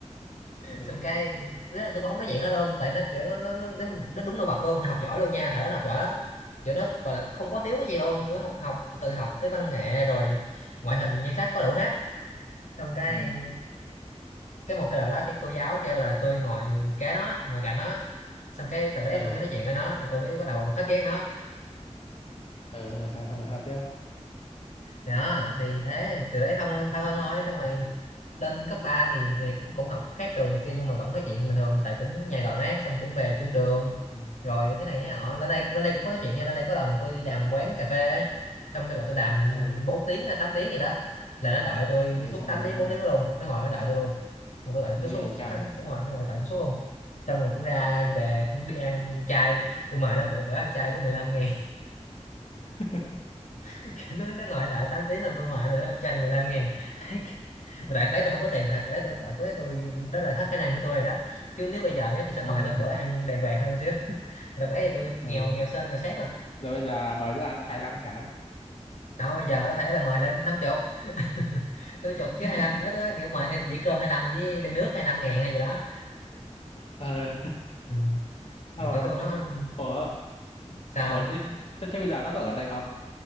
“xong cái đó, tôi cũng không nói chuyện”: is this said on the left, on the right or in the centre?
Left